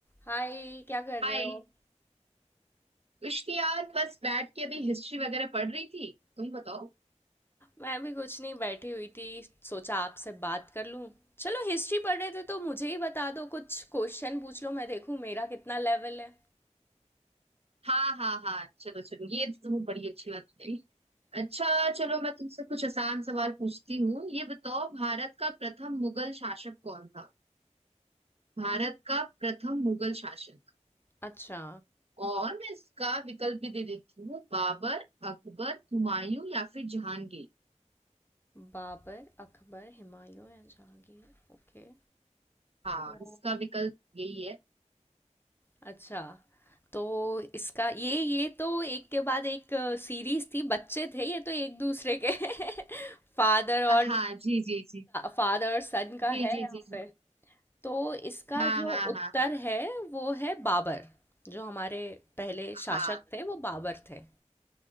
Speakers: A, on the left (about 20°); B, on the right (about 55°).
A: हाय क्या कर रहे
B: हाय
A: हो
B: कुछ नहीं यार बस बैठ के अभी हिस्ट्री वगैरह पढ़ रही थी तुम बताओ
A: मैं भी कुछ नहीं बैठी हुई थी सोचा आपसे बात कर लूं चलो हिस्ट्री पढ़ रहे थे तो मुझे ही बता दो कुछ क्वेश्चन पूछ लो मैं देखूं मेरा कितना लेवल है
B: हाँ हाँ हाँ चलो चलो ये तो तुम्हें बड़ी अच्छी बात बताई अच्छा चलो मैं तुमसे कुछ आसान सवाल पूछती हूँ ये बताओ भारत का प्रथम मुगल शासक कौन था भारत का प्रथम मुगल शासक
A: अच्छा
B: और मैं इसका विकल्प भी दे देती हूँ बाबर अकबर हुमायूं या फिर जहांगीर
A: बाबर अकबर हुमायूं या जहांगीर ओके
B: हाँ
A: ओ
B: इसका विकल्प यही है
A: अच्छा तो इसका ये ये तो एक के बाद एक सीरीज थी बच्चे थे ये तो एक दूसरे के <laughs> फादर और
B: हाँ जी जी जी
A: फादर और सन का
B: जी
A: है
B: जी
A: यहाँ
B: जी जी
A: पे तो इसका
B: हाँ
A: जो
B: हाँ
A: उत्तर
B: हाँ हाँ
A: है वो है बाबर जो हमारे पहले शासक
B: हाँ
A: थे वो बाबर थे